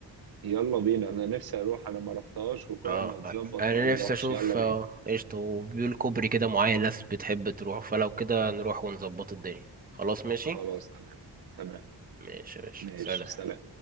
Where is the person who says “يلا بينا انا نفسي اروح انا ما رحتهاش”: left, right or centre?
Right